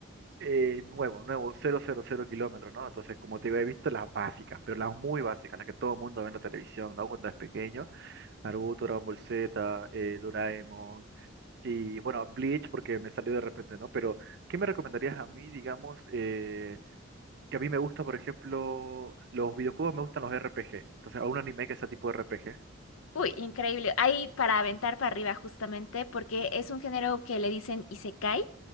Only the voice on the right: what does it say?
eh, nuevo, nuevo, cero cero cero kilómetros, ¿no? Entonces, como te digo, he visto las básicas, pero las muy básicas, las que todo el mundo ve en la televisión, ¿no? Cuando es pequeño. Naruto, Dragon Ball Z, eh, Doraemon. Y bueno, Bleach porque me salió de repente, ¿no? Pero, ¿qué me recomendarías a mí, digamos? eh, que a mí me gusta, por ejemplo, los videojuegos me gustan los RPG. Entonces, a un anime que sea tipo RPG.